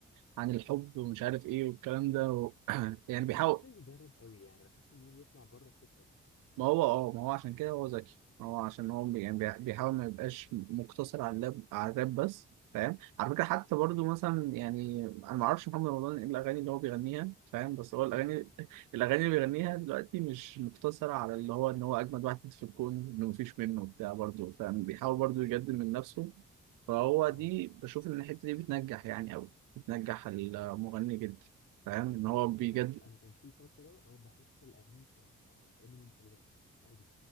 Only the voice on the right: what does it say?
عن الحب ومش عارف ايه والكلام ده و... <clears throat> يعني
بيحاول
ما هو اه ما هو عشان كده هو ذكي ما هو عشان هو بي- يعني
بيح- بيحاول ما يبقاش مقتصر على اللاب على الراب بس فاهم على فكره حتى برضو مثلا
يعني انا ما اعرفش محمد رمضان ايه الاغاني اللي هو بيغنيها فاهم بس هو الاغاني
<laughs> الاغاني اللي بيغنيها دلوقتي مش مقتصره على اللي هو ان هو اجمد واحد في الكون انه مفيش منه بتاع برضو فاهم بيحاول برضو يجدد من نفسه فهو
دي بشوف ان الحته دي بتنجح يعني قوي بتنجح المغني جدا فاهم ان هو بيجدد